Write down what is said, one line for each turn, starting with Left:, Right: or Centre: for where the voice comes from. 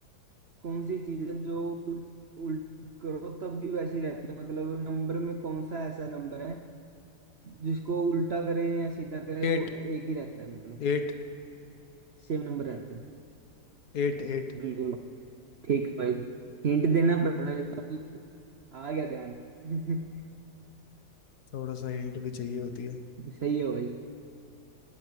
Right: कौन सी चीज है जो उल्ट उल्ट करो तब भी वैसी रहती है मतलब नंबर में कौन सा ऐसा नंबर है जिसको उल्टा करें या सीधा करें
Left: एट
Right: वो एक ही रहता है मतलब
Left: एट
Right: सेम नंबर रहता है
Left: Eight eight
Right: बिल्कुल ठीक है भाई हिंट देना पड़ रहा है तब आ गया ध्यान <laughs>
Left: थोड़ा सा हिंट भी चाहिए होती है
Right: सही है भाई